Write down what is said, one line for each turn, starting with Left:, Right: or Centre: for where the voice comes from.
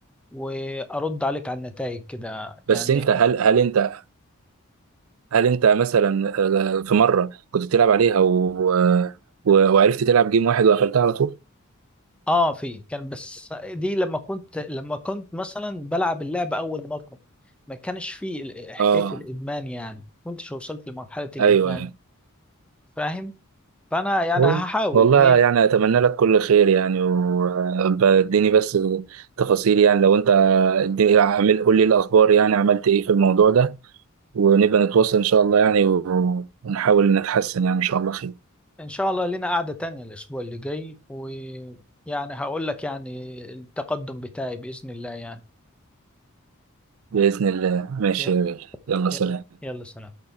Centre: وأرد عليك على النتائج كده
Right: بس
Centre: يعني
Right: أنت هل هل أنت هل أنت مثلا آه، في مرة كنت بتلعب عليها و... و... وعرفت تلعب جيم واحد وقفلتها على طول؟
Centre: آه في كان بس دي لما كنت لما كنت مثلا بلعب اللعبة أول مرة ما كانش فيه ال- حكاية
Right: آه
Centre: الإدمان يعني كنتش وصلت لمرحلة الإدمان
Right: أيوه أيوه
Centre: فاهم فأنا يعني
Right: وال-
Centre: هحاول
Right: والله
Centre: هي
Right: يعني أتمنى لك كل خير يعني واديني بس تفاصيل يعني لو أنت اديني اعمل قول لي الأخبار يعني عملت إيه في الموضوع ده ونبقى نتواصل إن شاء الله يعني و- ونحاول نتحسن يعني إن شاء الله خير
Centre: إن شاء الله لنا قعدة تانية الأسبوع اللي جاي ويعني هقول لك يعني التقدم بتاعي بإذن الله يعني
Right: بإذن الله ماشي
Centre: ي-
Right: يا غالي. يلا
Centre: ي-
Right: سلام
Centre: يلا سلام